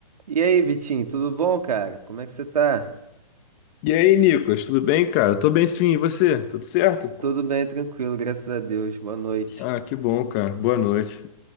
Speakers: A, on the right; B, on the left.
A: E aí, Vitinho, tudo bom, cara? Como é que você tá?
B: E aí, Nicolas, tudo bem, cara? Tô bem sim, e você? Tudo certo?
A: Tudo bem, tranquilo, graças a Deus. Boa noite.
B: Ah, que bom, cara. Boa noite.